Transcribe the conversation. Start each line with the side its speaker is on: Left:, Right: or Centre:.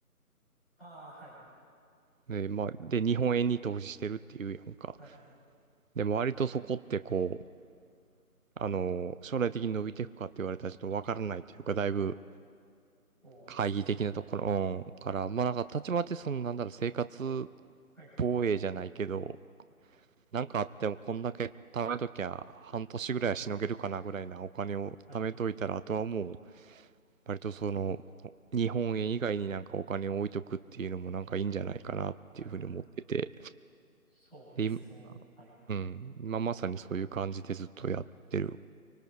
Centre: ああ、はい。
Right: で、まあ、で、日本円に投資してるっていうやんか。
Centre: はい。
Right: でも割とそこってこう、あの、将来的に伸びていくかって言われたらちょっとわからないというか、だいぶ
Centre: そうですね。
Right: 懐疑的なところ、うんから、まあなんかたちまちその、なんだろう、生活
Centre: はい。
Right: 防衛じゃないけど、なんかあってもこんだけ貯めときゃ半年ぐらいはしのげるかなぐらいなお金を貯めといたら、
Centre: はい。はい。
Right: あとはもう、割とその、日本円以外になんかお金を置いとくっていうのもなんかいいんじゃないかなっていうふうに思ってて。
Centre: はい。そうですね。
Right: で、今
Centre: はい。
Right: うん。今まさにそういう感じでずっとやってる。